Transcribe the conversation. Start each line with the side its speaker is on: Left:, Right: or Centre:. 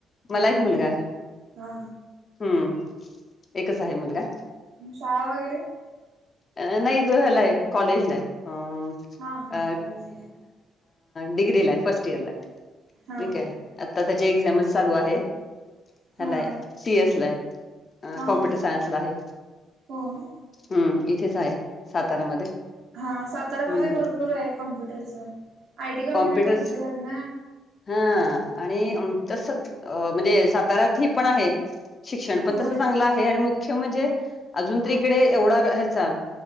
Left: मला एक मुलगा आहे.
Right: हा.
Left: हम्म एकच आहे मुलगा.
Right: आणि शाळा वगैरे
Left: अ नाही, तो याला आहे कॉलेज ला <unintelligible>
Right: हा
Left: अ
Right: कॉलेजला
Left: डिग्री ला फर्स्ट इयर ला
Right: हा
Left: ठीक आहे आता त्याची एक्झामच चालू आहे.
Right: हा
Left: हलाय, सीएस ला आहे,
Right: हा
Left: कॉम्प्युटर
Right: हा
Left: सायन्स ला आहे.
Right: हो
Left: हम्म, इथेच आहे. सातारामध्ये
Right: हा साताऱ्यामध्ये
Left: हम्म
Right: भरपूर आहे कॉम्प्युटरचा. आयटी कंपनी,
Left: कॉम्प्युटर्स
Right: भरपूर आहेत ना.
Left: हा आणि अम तसं थी अ म्हणजे साताऱ्यात ही पण आहे. शिक्षण पण
Right: होय
Left: तसं चांगलं आहे आणि मुख्य म्हणजे अजून तर इकडे एवढा रा हे चाल